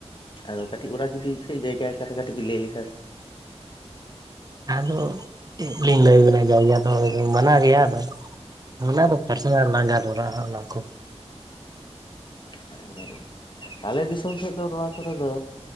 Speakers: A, on the left; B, on the right.
A: ᱟᱫᱚ ᱠᱟᱹᱴᱤᱡ ᱚᱲᱟᱜ ᱡᱩᱫᱤ ᱪᱮᱫ ᱡᱟᱭᱜᱟ ᱠᱚ ᱠᱟᱹᱴᱤᱡ ᱵᱤᱱ ᱞᱟᱹᱭ ᱞᱮᱠᱷᱟᱱ
B: ᱟᱫᱚ ᱪᱮᱫ ᱞᱤᱧ ᱞᱟᱹᱭ ᱟᱵᱤᱱᱟ ᱡᱟᱣᱭᱟ ᱫᱚ ᱢᱟᱱᱟᱣ ᱜᱮᱭᱟ ᱟᱫᱚ ᱚᱱᱟ ᱫᱚ ᱯᱟᱨᱥᱟᱱᱟᱞ ᱞᱟᱝ ᱜᱟᱞ ᱢᱟᱨᱟᱣᱜᱼᱟ ᱚᱱᱟ ᱠᱚ᱾
A: ᱟᱨ ᱠᱚ ᱫᱟᱨᱚᱜᱼᱟ ᱟᱞᱮ ᱫᱤᱥᱚᱢ ᱥᱮᱫ ᱫᱚ ᱱᱚᱣᱟ ᱠᱚᱨᱮ ᱫᱚ